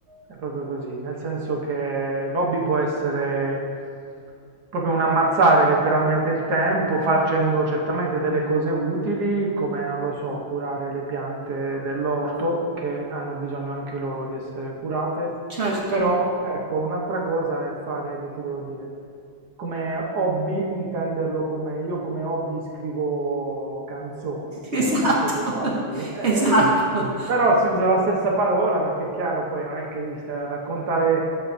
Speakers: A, on the right; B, on the right.
A: è proprio così, nel senso che l'hobby può essere proprio un ammazzare letteralmente il tempo facendo certamente delle cose utili, come non lo so, curare le piante dell'orto che hanno bisogno anche loro di essere curate,
B: Certo.
A: però ecco, un'altra cosa è fare, che ti devo dire, come hobby intenderlo come io come hobby scrivo canzoni, cioè
B: Esatto,
A: non è proprio un hobby,
B: <laughs>
A: è
B: esatto.
A: però si usa la stessa parola perché è chiaro, poi non è che devi stare a raccontare